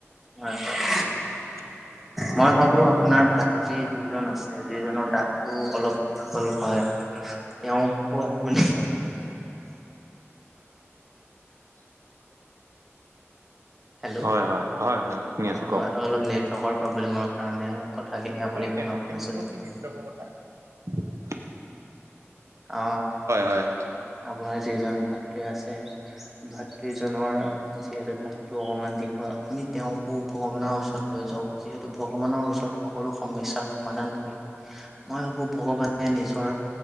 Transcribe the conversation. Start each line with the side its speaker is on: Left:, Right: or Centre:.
Centre: হয় হয়।
Right: অ।
Centre: মই ভাবো আপোনাৰ ভাতৃ যিজন আছে যিজনৰ দাঁতটো অলপ দীঘল হয়। তেওঁ ক আপুনি
Right: <inaudible>
Centre: হেল্ল'
Right: হয় হয় হয় হয় শুনি
Centre: অ
Right: আছোঁ কওক
Centre: হয় অলপ নেটৱৰ্কৰ প্ৰব্লেমৰ কাৰণে কথাখিনি আপুনি শুনা
Right: তেনেকে
Centre: পোৱা নাছিল
Right: নকবি
Centre: যে
Right: নৃত্যকৰ কথা।
Centre: অ
Right: হয়
Centre: আপোনাৰ যিজন ভাতৃ আছে ভাতৃজনৰ যিহেতু তা টো অকমান দীঘল আপুনি তেওঁকো ভগৱানৰ ওচৰত লৈ যাওক যিহেতু ভগৱানৰ ওচৰত সকলো সম- স্যাৰ সমাধান থাকে মই ভাবো ভগৱানে নিজৰ